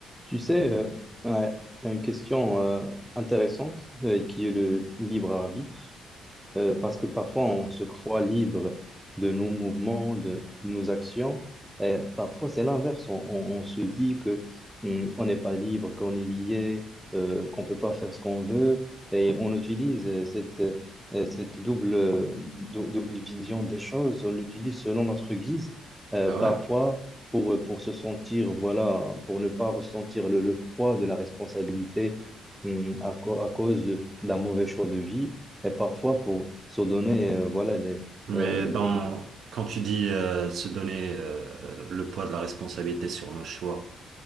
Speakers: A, in the centre; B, on the right (about 65°).
A: Tu sais, euh, ouais, il y a une question euh, intéressante euh, qui est le libre arbitre. Euh, parce que parfois, on se croit libre de nos mouvements, de nos actions. Et parfois, c'est l'inverse. On, on- on se dit que hum, on n'est pas libre, qu'on est lié, euh, qu'on ne peut pas faire ce qu'on veut. Et on utilise euh, cette, euh, cette double, euh, dou- double vision des choses. On l'utilise selon notre guise, euh,
B: Ah
A: parfois
B: ouais?
A: pour, pour se sentir, voilà, pour ne pas ressentir le, le poids de la responsabilité hum, à, co- à cause de- d'un mauvais choix de vie. Et parfois, pour se donner, euh, voilà, les,
B: Mais
A: euh,
B: dans, quand tu dis euh, se donner euh, le poids de la responsabilité sur nos choix,